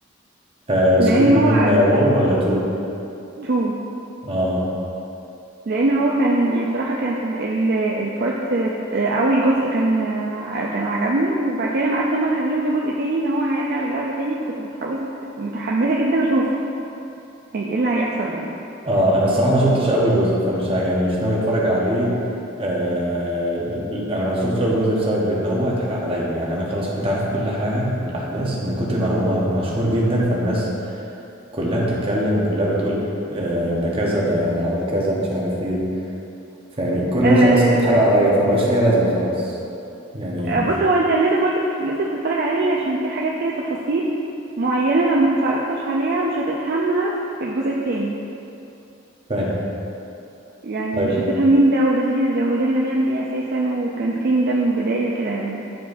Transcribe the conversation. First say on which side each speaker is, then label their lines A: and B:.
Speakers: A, on the right; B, on the right.
A: لي
B: لأن
A: سكوت
B: هو
A: جيم 1 ولا 2
B: تو
A: اه
B: لأن هو كان يعني بصراحة كانت ال ال البارت آه أول جزء كان آه كان عجبني وبعد كده لما عرفت إن هما نزلوا منه جزء تاني إن هو هيرجع للعبة تاني فكنت متحوس متحمسة جدا أشوف هي إيه اللي هيحصل يعني
A: اه انا الصراحه ما شفتش اول جزء فمش ه- يعني مش ناوي اتفرج عليه آه ل- انا ما شفتش اول جزء بسبب ان هو اتحرق عليا يعني انا خلاص كنت عارف كل حاجه من الاحداث من كتر ما هو م- مشهور جدا فالناس كلها بتتكلم وكلها بتقول آه ده كذا ده عمل كذا مش عارف ايه فيعني كل
B: آه،
A: ده خلاص اتحرق عليا فما بقاش ليها لازمه خلاص يعني
B: آه، بص هو انت لازم برضو لازم تتفرج عليه عشان في حاجات كده تفاصيل معينة لو ما اتفرجتش عليها مش هتفهمها في الجزء التاني
A: فاهم
B: يعني
A: طيب
B: مش هتفهم مين ده وده هنا ده وده هنا بيعمل ايه اساسا وكان فين ده من البداية كده يعني